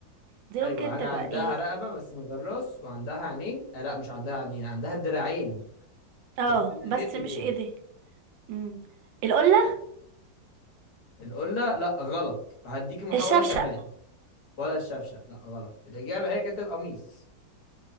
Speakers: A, on the right; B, on the left.
A: دي
B: ايوه
A: ممكن
B: حاجه
A: تبقى
B: عندها
A: ايه
B: رقبه بس من غير راس وعندها عينين آه لا مش عندها عينين عندها دراعين
A: اه
B: بس من
A: بس
B: غير ايدين
A: مش ايدين امم القلة
B: القلة لا غلط هديكي محاولة
A: الشفشق
B: كمان ولا الشفشة لا غلط الإجابة هي كانت القميص